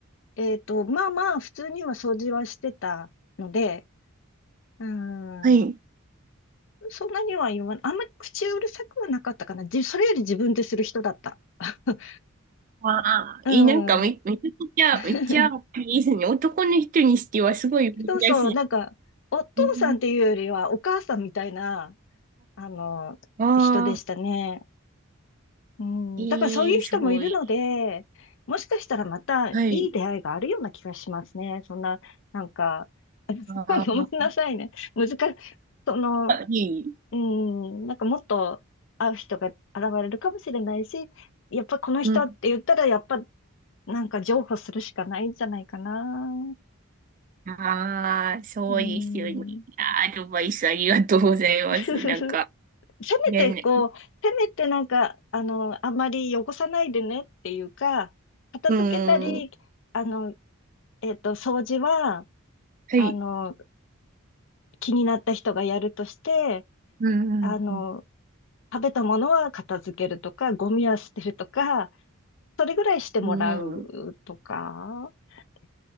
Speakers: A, on the left; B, on the right.
A: えっと、まあまあ、普通には掃除はしてたので、うん、
B: はい。
A: そんなには言わない。あんまり口うるさくはなかったかな。じ、それより自分でする人だった。<laughs>
B: ああ、
A: う
B: いい、なんかめ、
A: ん。
B: めちゃくちゃ、
A: <laughs>
B: めっちゃいいですね。男の人にしてはすごい珍しい。
A: そうそう、なんか、お父さんっていうよりは、
B: えー
A: お母さんみたいな、あの、
B: ああ、
A: 人でしたね。うん、
B: ええすごい。
A: だからそういう人もいるので、もしかしたらまたいい出会いがあるような気がしますね。
B: はい。
A: そんな、なんか、<laughs>
B: ああ、
A: ごめんなさいね。難しい、その、
B: いい。
A: うん、なんかもっと会う人が現れるかもしれないし、やっぱこの人って言ったら、
B: うん。
A: やっぱなんか譲歩するしかないんじゃないかな。
B: ああ、そうですよね。
A: うん。
B: あーアドバイスありがとうございます。
A: <laughs> せ
B: なんか、
A: めてこう、
B: ね、
A: せめてなんか、あの、あんまり汚さないでねっていうか、片付けたり、
B: うん。は
A: あの、えっと、掃除は、あの、
B: い。
A: 気になった人がやるとして、
B: うん。
A: あの、
B: うん。
A: 食べたものは片付けるとか、ゴミは捨てるとか、それぐらいしてもらうとかで
B: うん。